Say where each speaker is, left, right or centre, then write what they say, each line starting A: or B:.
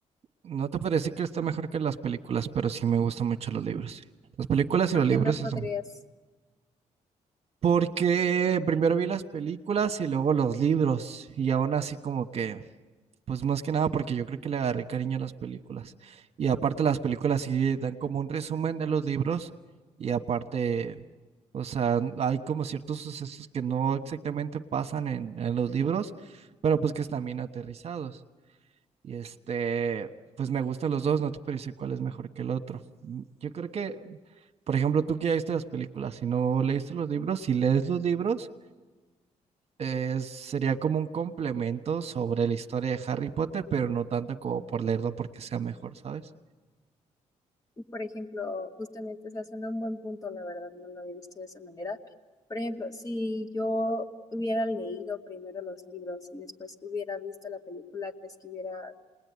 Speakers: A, on the right; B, on the left.
A: No te parece que está mejor que las películas, pero sí me gustan mucho los libros. Las películas
B: porque
A: y los libros
B: no podrías,
A: eso. Porque primero vi las películas y luego los libros. Y aún así como que, pues más que nada porque yo creo que le agarré cariño a las películas. Y aparte las películas sí dan como un resumen de los libros. Y aparte, o sea, hay como ciertos sucesos que no exactamente pasan en, en los libros, pero pues que están bien aterrizados. Y este, pues me gustan los dos, no te puedo decir cuál es mejor que el otro. Mm, Yo creo que, por ejemplo, tú que ya viste las películas, si no leíste los libros, si lees los libros, eh, sería como un complemento sobre la historia de Harry Potter, pero no tanto como por leerlo porque sea mejor, ¿sabes?
B: y por ejemplo, justamente, o sea, suena un buen punto, la verdad, no lo había visto de esa manera. Por ejemplo, si yo hubiera leído primero los libros y después hubiera visto la película, ¿crees que hubiera